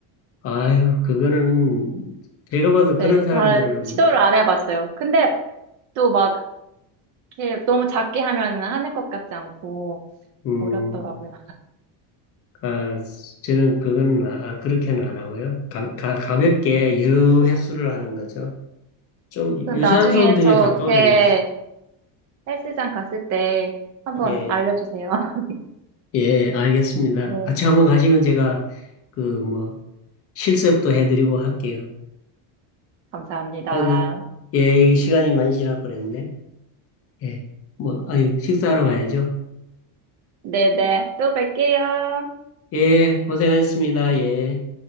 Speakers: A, on the left; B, on the right.
A: 아유, 그거는, 제가 봐도 그런
B: 네,
A: 사람들,
B: 잘 시도를 안 해봤어요. 근데 또 막 이렇게 너무 작게 하면은 하는 것 같지 않고
A: 음,
B: 어렵더라고요.
A: 아, 저는 그건 아, 아, 그렇게는 안 하고요. 가, 가, 가볍게 여러 횟수를 하는 거죠. 좀 유산소
B: 그럼 나중에
A: 운동에
B: 저렇게
A: 가까워지는 거죠.
B: 헬스장 갔을 때 한번
A: 예,
B: 알려주세요. <laughs>
A: 예, 알겠습니다.
B: 네,
A: 같이 한번 가시면 제가 그 뭐 실습도 해드리고 할게요.
B: 감사합니다.
A: 아, 그, 예, 이게 시간이 많이 지나 버렸네. 예, 뭐, 아유, 식사하러 가야죠.
B: 네네, 또 뵐게요.
A: 예, 고생하셨습니다. 예.